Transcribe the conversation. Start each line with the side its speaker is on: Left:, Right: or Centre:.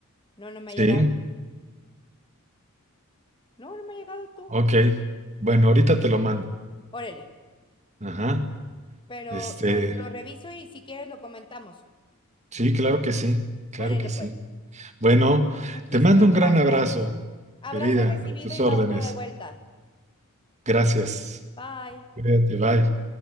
Left: No, no me
Right: Sí,
Left: ha llegado. No, no me ha llegado tú.
Right: ok. Bueno, ahorita te lo mando.
Left: Órale.
Right: Ajá.
Left: Pero
Right: Este,
Left: lo, lo reviso y si quieres lo comentamos.
Right: sí, claro que sí, claro
Left: Órale,
Right: que
Left: pues.
Right: sí. Bueno,
Left: Muchísimas
Right: te mando un gran
Left: gracias.
Right: abrazo,
Left: Abrazo
Right: querida,
Left: recibido
Right: a tus
Left: y
Right: órdenes.
Left: va otro de vuelta.
Right: Gracias.
Left: Bye.
Right: Cuídate, bye.